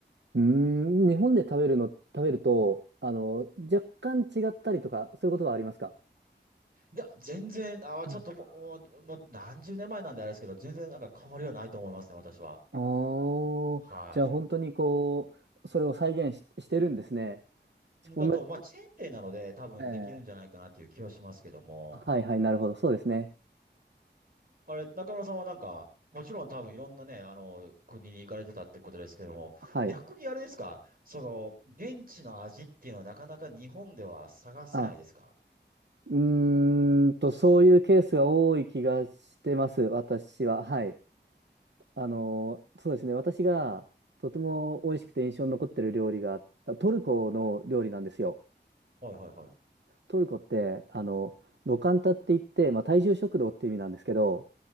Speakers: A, on the right (about 70°); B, on the right (about 50°).
A: うーん、日本で食べるの、食べると、あの、若干違ったりとか、そういうことはありますか
B: いや、全然、あー、
A: あ
B: ちょっともう、もう、もう何十年前なんであれですけど、全然なんか変わりはないと思いますね、私は。
A: あー、
B: は
A: じゃあ本当にこう、それを再現し、してるんですね。ち同じこと。
B: い。だと、まあ、チェーン店なので、多分できるんじゃないかなっていう気はしますけども、
A: ええはいはい、なるほど、そうですね。
B: あれ、中村さんはなんか、もちろん多分いろんなね、あの、国に行かれてたってことですけども、
A: はい。
B: 逆にあれですか、その、現地の味っていうのはなかなか日本では探せないですか
A: あ、うーんと、そういうケースが多い気がしてます、私は。はい。あの、そうですね。私がとても美味しくて印象に残ってる料理が、あトルコの料理なんですよ。
B: はいはいはい。
A: トルコって、あの、ロカンタって言って、まあ、大衆食堂って意味なんですけど、